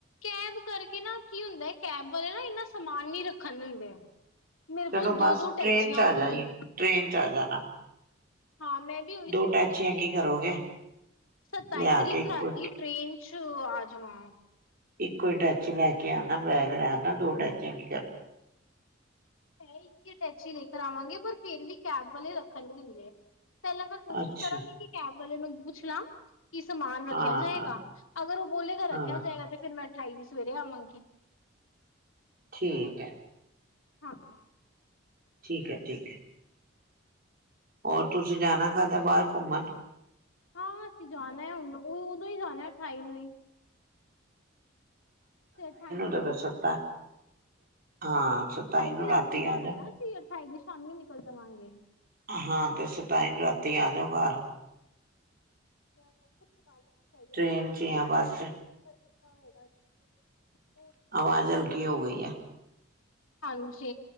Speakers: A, on the left (about 80°); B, on the right (about 45°).
A: ਕੈਬ ਕਰਕੇ ਨਾ ਕੀ ਹੁੰਦਾ ਹੈ, ਕੈਬ ਵਾਲੇ ਨਾ ਇਨਾ ਸਮਾਨ ਨੀ ਰੱਖਣ ਦਿੰਦੇ। ਮੇਰੇ
B: ਚਲੋ
A: ਕੋਲ, ਦੋ
B: ਬਸ
A: ਦੋ ਟੈਚੀਆਂ
B: ਟ੍ਰੇਨ ਚ ਆ
A: ਹੋ
B: ਜਾਈਏ
A: ਜਾਣਗੀਆਂ।
B: ਟ੍ਰੇਨ 'ਚ ਆ ਜਾਣਾ।
A: ਹਾਂ, ਮੈਂ ਵੀ ਉਹੀ
B: ਦੋ
A: ਸੋਚ
B: ਟੈਚੀਆਂ
A: ਰਹੀ ਹਾਂ
B: ਕੀ ਕਰੋਗੇ?
A: ਮੈਂ ਸਤਾਈ
B: ਲਿਆ
A: ਤਰੀਕ
B: ਕੇ ਇੱਕੋ
A: ਨੂੰ ਰਾਤੀ, ਟ੍ਰੇਨ 'ਚ ਆ ਜਾ ਵਾਂ।
B: ਇੱਕੋ ਹੀ ਟੱਚ ਲੈ ਕੇ ਆਉਣਾ, ਬੈਗ ਲੈ ਆਉਣਾ, ਦੋ
A: ਹਮ
B: ਟੈਚੀਆਂ ਕੀ ਕਰਨੇ
A: ਮੈਂ ਇੱਕ 'ਅ ਟੈਕਚੀ ਲੈ ਕਰ ਆਵਾਂਗੇ, ਪਰ ਫੇਰ ਵੀ ਕੈਬ ਵਾਲੇ ਰੱਖਣ ਨਹੀ ਦਿੰਦੇ। ਪਹਿਲਾਂ ਮੈਂ ਕੋਸ਼ਿਸ਼
B: ਅੱਛਾ
A: ਕਰਾਂਗੀ, ਕਿ ਕੈਬ ਵਾਲੇ ਨੂੰ ਪੁੱਛ ਲਾਂ ਕੀ ਸਮਾਨ ਰੱਖਿਆ
B: ਹਾਂ
A: ਜਾਏਗਾ,
B: ਹਾਂ
A: ਅਗਰ ਉਹ ਬੋਲੇਗਾ
B: ਹਾਂ
A: ਰੱਖਿਆ ਜਾਏਗਾ, ਤੇ ਫਿਰ ਮੈਂ ਅਠਾਈ ਵੀ ਸਵੇਰੇ ਆਵਾਂਗੀ।
B: ਠੀਕ ਹੈ।
A: ਹਾਂ।
B: ਠੀਕ ਐ ਠੀਕ ਐ। ਹੋਰ ਤੁਸੀਂ ਜਾਣਾ ਖਾਧਾ ਬਾਹਰ ਘੁੰਮਣ।
A: ਹਾਂ ਅਸੀਂ ਜਾਣਾ ਹੁਣ ਉਦੋਂ ਹੀ ਜਾਣਾ ਅਠਾਈ ਨੂੰ ਹੀ। ਤੇ ਅਠਾਈ ਨੂੰ,
B: ਤਾਂ ਫਿਰ ਸੱਤਾ ਹਾਂ
A: ਅਠਾਈ
B: ਸਤਾਈ ਨੂੰ
A: ਦੀ ਰਾਤੀ ਜਾਣਾ
B: ਆ ਜਾ
A: ਨਾ ਅ ਤੇ ਅਠਾਈ ਦੀ ਸ਼ਾਮੀ ਨਿਕਲ ਜਾਵਾਂਗੇ।
B: ਹਾਂ ਤੇ ਸਤਾਈ ਨੂੰ ਰਾਤੀ ਆ ਜਾਓ ਘਰ।
A: <unintelligible>
B: ਟ੍ਰੇਨ ਚ ਹੀ ਆ ਬਸ।
A: ਸਫ਼ਰ ਕੀਤਾ ਹੋਏਗਾ ਠੀਕ ਐ ਜੀ <inaudible>
B: ਆਵਾਜ਼ ਹਲਕੀ ਹੋ ਗਈ ਆ।
A: ਹਾਂਜੀ